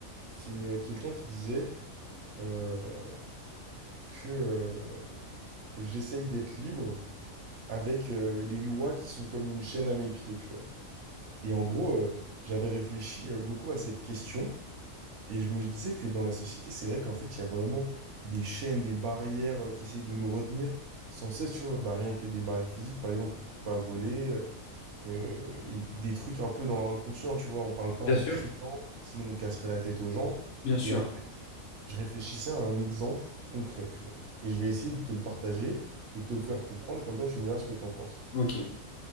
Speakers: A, on the right; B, on the left.
A: C'est euh, quelqu'un qui disait euh, que euh, j'essaye d'être libre avec euh, les lois qui sont comme une chaîne à mes pieds, tu vois. Et en gros, euh, j'avais réfléchi euh, beaucoup à cette question. Et je me disais que dans la société, c'est vrai qu'en fait, il y a vraiment des chaînes, des barrières euh, qui essayent de nous retenir sans cesse, tu vois. Bah, rien que des barrières physiques, par exemple, on peut pas voler, euh, euh, et des trucs un peu dans l'inconscient, tu vois. On parle pas
B: Bien
A: en
B: sûr.
A: criant, sinon on casserait la tête aux gens.
B: Bien sûr.
A: Et en fait, je réfléchissais à un exemple concret, tu vois. Et je vais essayer de te le partager et de te le faire comprendre, comme ça tu me diras ce que t'en penses.
B: Ok.